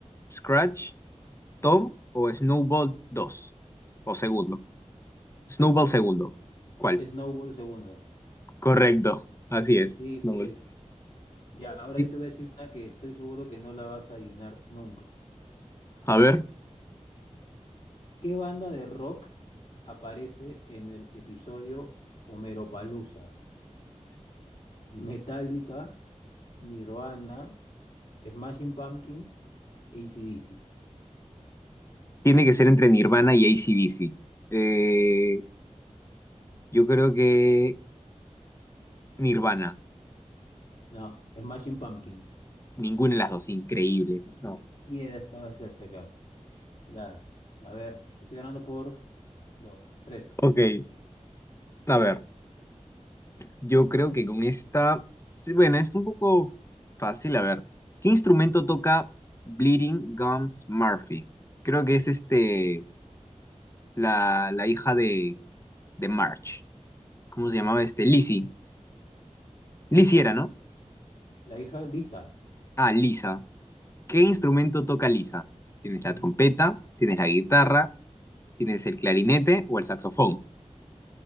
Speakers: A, on the left; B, on the left.
A: Scratch, Tom o Snowball dos. O segundo. Snowball segundo. ¿Cuál?
B: Snowball segundo.
A: Correcto. Así es.
B: Sí,
A: Snowball.
B: pues. Ya, ahora
A: Y-
B: yo te voy a decir una que estoy seguro que no la vas a adivinar nunca.
A: A ver.
B: ¿Qué banda de rock aparece en el episodio Homeropalooza? Metallica, Nirvana, Smashing Pumpkins, AC/DC.
A: Tiene que ser entre Nirvana y AC/DC. Eh, yo creo que Nirvana.
B: No, Smashing Pumpkins.
A: Ninguna de las dos. Increíble.
B: Ni siquiera
A: No.
B: estaba cerca. Ya, a ver, te estoy ganando por dos, tres.
A: Ok. A ver. Yo creo que con esta. sí, Bueno, es un poco fácil. A ver. ¿Qué instrumento toca Bleeding Gums Murphy? Creo que es este. La, la hija de, de Marge. ¿Cómo
B: Mm.
A: se llamaba este? Lizzie. Lizzie era, ¿no?
B: La hija lisa.
A: Ah, Lisa. ¿Qué instrumento toca Lisa? Tienes la
B: Ujú.
A: trompeta, tienes la guitarra, Tienes el clarinete o el saxofón.